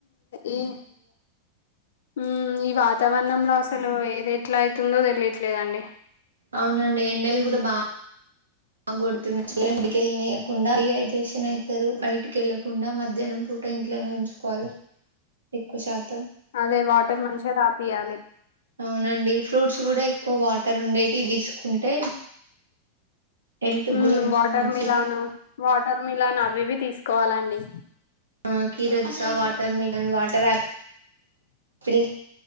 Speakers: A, on the left; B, on the right.
A: ఈ మ్మ్ ఈ వాతావరణంలో అస్ హలో ఏది ఎట్లా అయితుందో తెలియట్లేదండి
B: అవునండి ఎండలు గుడ బా బాగొడుతుంది <unintelligible> నీయకుండ డీహైడ్రేషన్ అయితారు బయటికెళ్ళకుండా మధ్యాహ్నం పూట ఇంట్లోనే ఉంచుకోవాలి ఎక్కువ శాతం.
A: అదే వాటర్ మంచిగ దాపియాలి
B: అవునండి ఫ్రూట్స్ గుడ ఎక్కువ వాటర్ ఉండేటి తీసుకుంటే హెల్త్
A: హ్మ్
B: కూడా కొంచెం
A: వాటర్
B: మంచిది
A: మిలాన్ వాటర్ మిలాన్ అవివి తీసుకోవాలండి
B: ఆ కిరత్జ వాటర్మిలన్ వాటర్ ఆపిల్